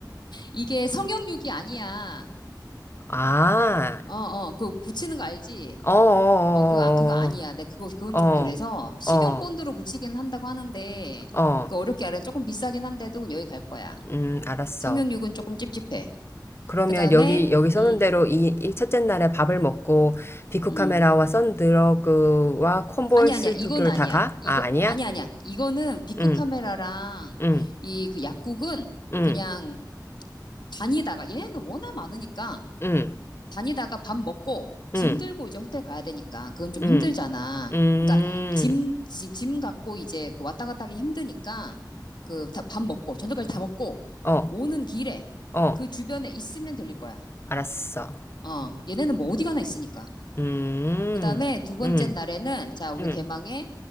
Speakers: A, on the left; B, on the left.
A: 이게 성형육이 아니야.
B: 아,
A: 어 어 그거 붙이는 거 알지?
B: 어, 어,
A: 어 그거 아- 그거 아니야. 내 그거 그건
B: 어,
A: 좀
B: 어,
A: 그래서 식용
B: 어,
A: 본드로 붙이긴 한다고 하는데
B: 어, 어.
A: 이거 어렵게 알아. 조금 비싸긴 한데도 여기 갈 거야.
B: 음, 알았어.
A: 성형육은 조금 찝찝해.
B: 그러면
A: 그 다음에,
B: 여기, 여기 써놓은
A: 음,
B: 대로 이, 이 첫째 날에 밥을 먹고, 비쿠
A: 음.
B: 카메라와 선드러그와 콤보이스
A: 아니, 아니야. 이건
B: 도쿄를
A: 아니야.
B: 다 가?
A: 이거,
B: 아, 아니야?
A: 아니, 아니야. 이거는 비크
B: 응,
A: 카메라랑
B: 응,
A: 이 그 약국은
B: 응,
A: 그냥 다니다가, 얘네는 워낙 많으니까
B: 응,
A: 다니다가 밥 먹고 짐
B: 응,
A: 들고 이제 호텔 가야 되니까 그건 좀
B: 응,
A: 힘들잖아.
B: 응,
A: 그러니까 짐, 짐, 짐 갖고 이제 그 왔다 갔다 하기 힘드니까 그 밥 먹고, 저녁까지 다 먹고
B: 어,
A: 오는 길에
B: 어,
A: 그 주변에 있으면 들릴 거야.
B: 알았어.
A: 어, 얘네는 뭐 어디 가나 있으니까.
B: 음,
A: 그 다음에 두 번째
B: 음,
A: 날에는, 자, 우리
B: 음.
A: 대망의,